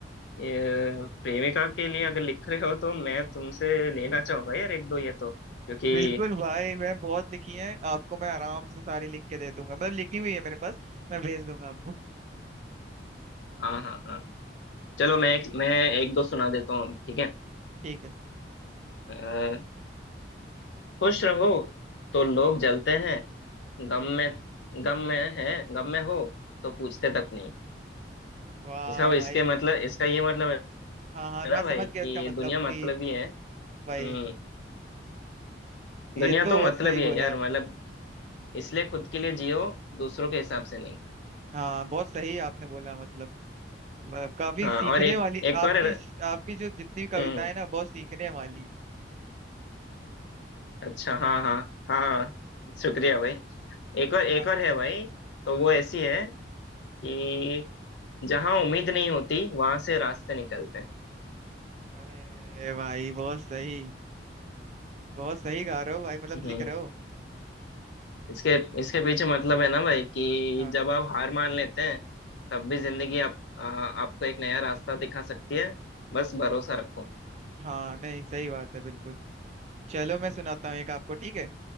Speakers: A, on the left (about 75°); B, on the right (about 40°).
A: ये प्रेमिका के लिए अगर लिख रहे हो तो मैं तुमसे लेना चाहूंगा यार एक दो ये तो क्योंकि
B: बिल्कुल भाई मैं बहुत लिखी हैं आपको मैं आराम से सारी लिख के दे दूंगा मतलब लिखी हुई है मेरे पास मैं भेज दूंगा आपको
A: हाँ हाँ हाँ चलो मैं एक मैं एक दो सुना देता हूँ ठीक है
B: ठीक है
A: अ, खुश रहो तो लोग जलते हैं गम में गम में है गम में हो तो पूछते तक नहीं
B: वाह
A: इसका
B: भाई
A: इसके मतलब इसका ये मतलब है
B: हाँ हाँ मैं
A: ना भाई
B: समझ गया
A: कि
B: इसका मतलब
A: दुनिया मतलब
B: कि
A: ही है
B: भाई
A: हम्म
B: ये
A: दुनिया
B: तो
A: तो
B: बहुत
A: मतलब
B: सही
A: ही
B: बोला
A: है यार मतलब इसलिए खुद के लिए जियो दूसरों के हिसाब से नहीं
B: हाँ बहुत सही आपने बोला मतलब मतलब काफी
A: हाँ
B: सीखने
A: और एक
B: वाली
A: एक और
B: आपकी आपकी जो जितनी कविताएं
A: हम्म
B: हैं ना बहुत सीखने वाली
A: अच्छा हाँ हाँ हाँ हाँ शुक्रिया भाई एक और एक
B: हाँ
A: और है भाई तो वो ऐसी है कि जहाँ उम्मीद नहीं होती वहां से रास्ते निकलते हैं
B: अरे भाई बहुत सही बहुत सही गा रहे हो भाई मतलब
A: हम्म
B: लिख रहे हो
A: इसके इसके पीछे मतलब है ना भाई कि
B: हाँ
A: जब आप हार मान लेते हैं तब भी जिंदगी आप आ, आपको एक नया रास्ता दिखा सकती है बस भरोसा रखो
B: हाँ नहीं सही बात है बिल्कुल चलो मैं सुनाता हूँ एक आपको ठीक है